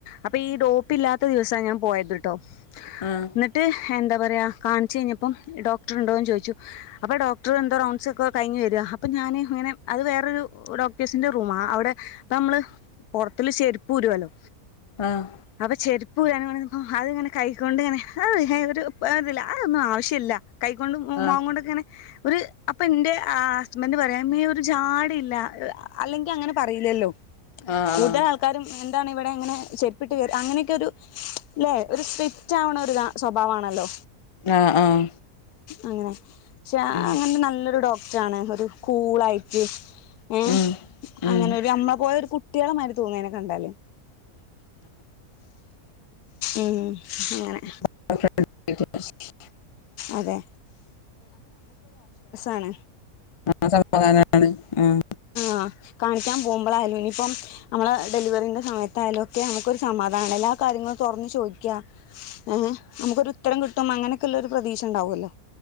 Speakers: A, on the left; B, on the left.
A: അപ്പ ഈ ഡോപ്പി ഇല്ലാത്ത ദിവസാ ഞാൻ പോയത് <unintelligible>
B: ആഹ്
A: ന്ന്ട്ട് എന്താ പറയാ കാൺച്ച് കഴിഞ്ഞപ്പം ഡോക്ടർ ഇണ്ടോന്ന് ചോയ്ച്ചു അപ്പം ഡോക്ടർ എന്തോ റൗൺസ് ഒക്കെ കഴിഞ്ഞ് വെരാ അപ്പം ഞാന് ഇങ്ങനെ അത് വേറൊരു ഡോക്ടേഴ്സിന്റെ റൂമാ അവിടെ അപ്പം നമ്മള് പോറത്തില് ചെരുപ്പ് ഊരോല്ലോ
B: ആഹ്
A: അപ്പ ചെരു <unintelligible> അതിങ്ങനെ കൈക്കൊണ്ട്ങ്ങനെ ഹൈ എന്നിട്ട് <unintelligible> അതൊന്നും ആവശ്യല്ല കൈകൊണ്ടും മോഖകൊണ്ടൊക്കെ
B: ആഹ്
A: ഇങ്ങനെ ഒര് അപ്പ ഇന്റെ ആ ഹസ്ബന്റ് പറയാ മേ ഒരു ജാഡയില്ല അല്ലെങ്കി അങ്ങനെ പറയില്ലല്ലോ
B: ആഹ്
A: കൂടുതൽ ആൾക്കാരും എന്താണ് ഇവിടെ എങ്ങനെ പ്പിട്ട് കേറി അങ്ങനെക്കെരു അല്ലെ ഒരു സ്ട്രിറ്റ് ആവ്ണേ ഒര് താ സ്വഭാവാണല്ലോ
B: ആഹ് ആഹ്
A: അങ്ങനെ പക്ഷെ
B: ഉം
A: അങ്ങനെ നല്ലൊരു ഡോക് ട്ടാണ് ഒരു കൂളായിട്ട് ഏഹ്
B: ഉം ഉം
A: അങ്ങനൊരു അമ്മ പോയൊരു കു ട്ടികളെമാരി തോന്നും അയിനെ കണ്ടാല് ഉം അങ്ങനെ
B: <unintelligible>
A: അതെ ആണ്
B: ആഹ് സമാധാനമാണ് ആഹ്
A: ആഹ് കാണിക്കാൻ പോകുമ്പളായാലും ഇനിയിപ്പം നമ്മളെ ഡെലിവറീന്റെ സമയത്തായാലും ഒക്കെ നമുക്കൊരു സമാധാനില്ലേ എല്ലാ കാര്യങ്ങളും തൊറന്നു ചോദിക്ക്യാ ഏഹ് നമുക്കൊരു ഉത്തരം കിട്ടും അങ്ങനെക്കൊള്ളൊരു പ്രതീക്ഷ ഒണ്ടാവുവല്ലോ